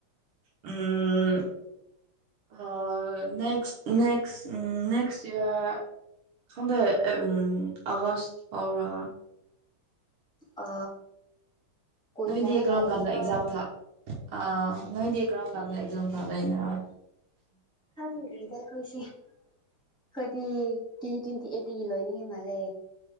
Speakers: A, on the right (about 80°); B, in the centre.
A: ꯎꯝ ꯑ ꯅꯦꯛꯁ ꯅꯦꯛꯁ ꯎꯝ ꯅꯦꯛꯦꯛꯁ ꯏꯔ ꯈꯟꯗꯦ ꯎꯝ ꯑꯒꯁ ꯐꯥꯎꯔ
B: ꯑ ꯀꯨꯏꯗ꯭ꯔꯒ
A: ꯅꫭꯏꯗꯤ ꯀꯔꯝ
B: ꯂꯣꯏꯔꯅꯤꯀꯣ
A: ꯀꯟꯗ ꯑꯦꯛꯖꯥꯝ ꯊꯥ ꯑ ꯅꯣꯏꯗꯤ ꯀꯔꯝ ꯀꯥꯟꯗ ꯑꯦꯛꯖꯥꯝ ꯊꯥꯗꫭꯏꯅꫭ
B: ꯈꯪꯗ꯭ꯔꯤꯗ ꯑꯩꯈꯣꯏꯁꯤ ꯑꯩꯈꯣꯏꯗꯤ <unintelligible> ꯑꯩꯠꯇꯤꯒꯤ ꯂꯣꯏꯅꯤꯉꯩ ꯃꯥꯜꯂꯦ